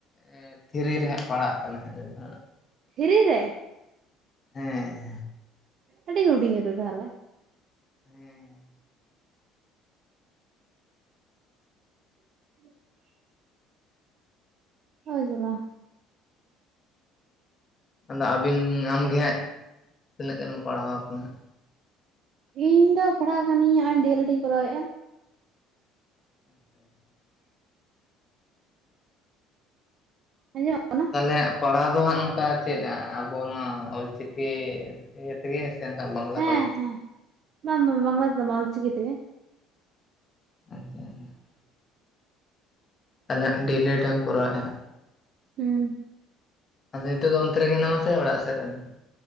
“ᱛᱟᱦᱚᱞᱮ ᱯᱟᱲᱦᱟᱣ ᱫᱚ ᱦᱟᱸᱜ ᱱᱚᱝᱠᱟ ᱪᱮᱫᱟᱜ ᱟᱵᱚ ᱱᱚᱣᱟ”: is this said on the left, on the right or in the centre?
Left